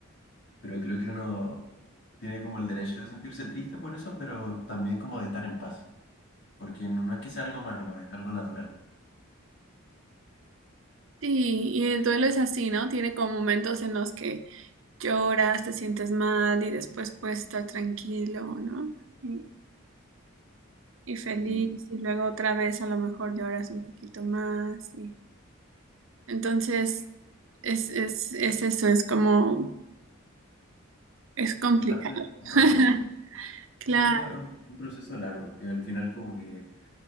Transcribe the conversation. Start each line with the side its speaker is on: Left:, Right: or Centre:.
Left: pero creo que uno tiene como el derecho de sentirse triste por eso, pero también como de estar en paz. Porque no, no es que sea algo malo, es algo natural.
Right: Sí, y el duelo es así, ¿no? Tiene como momentos en los que lloras, te sientes mal y después puedes estar tranquilo, ¿no? Y, y feliz
Left: Sí,
Right: y luego otra vez a lo mejor lloras un poquito más y entonces
Left: sí,
Right: es, es, es eso, es como, es complicado.
Left: es parte de un
Right: <laughs>
Left: proceso.
Right: Claro,
Left: Sí, es un un proceso largo, que al final como que,